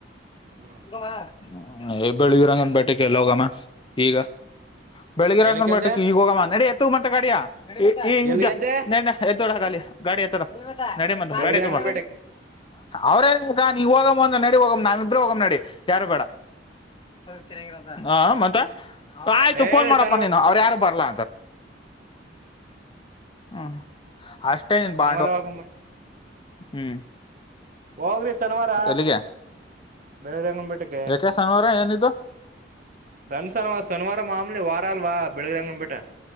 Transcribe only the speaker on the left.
ಹ್ಮ ಬೆಳಿಗಿರಂಗನ್ ಬೇಟಕ್ಕೆ ಎಲ್ಲ ಹೋಗಮ್ಮ ಈಗ ಬೆಳಿಗಿರಂಗ್
ಬಟ್ಟಕ್ಕೆ ಈಗಾಗ ಮಡಿ ತಗ ಮಟ ಗಾಡಿಯಾ ಈಗ
ನನ್ನ <unintelligible> ನಡ ಮ
ಬ ಅವ್ರೇ ನೀ ಹೋಗ ಅಂದ ನಡಿ ಹೋಗ ನಾವ ಇಬ್ರೆ ಹೋಗಮ್ಮ್ ನಡಿ ಯಾರು ಬೇಡ ಚ ಮತ್ತ ಆಯ್ತು
ಫೋನ್ ಮಾಡಪ್ಪಾ
ನೀನು ಅವ್ರು ಯಾರು ಬರ್ಲ್ಲ ಹ್ಮ ಅಷ್ಟೇನ್ ಬಾ
ಹ್ಮ್
ಎಲ್ಲಿಗೆ
ಯಾಕೆ ಶನಿವಾರ ಏನಿದ್ದು